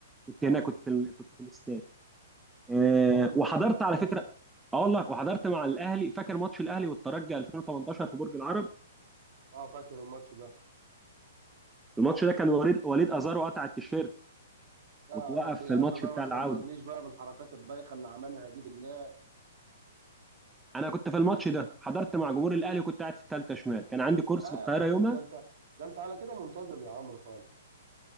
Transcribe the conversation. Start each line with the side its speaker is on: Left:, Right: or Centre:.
Centre: كنت
Right: اه
Centre: هناك كنت في ال... كنت في الاستاد آه،
Right: لا والله
Centre: وحضرت على فكره اه والله وحضرت مع الاهلي فاكر ماتش الاهلي والترجي 2018 في برج العرب
Right: اه فاكر الماتش ده
Centre: الماتش ده كان وليد وليد ازارو قطع التيشيرت
Right: يا
Centre: وتوقف
Right: رب يا
Centre: في
Right: عم
Centre: الماتش
Right: بقى
Centre: بتاع
Right: ما تفكرنيش
Centre: العوده
Right: بقى بالحركات البايخه اللي عملها دي بالله
Centre: انا كنت في الماتش ده حضرت مع جمهور الاهلي وكنت قاعد في الثالثه شمال كان عندي كورس
Right: لا
Centre: في القاهره
Right: يا عم
Centre: يومها
Right: ده انت ده انت على كده منتظم يا عمرو خالص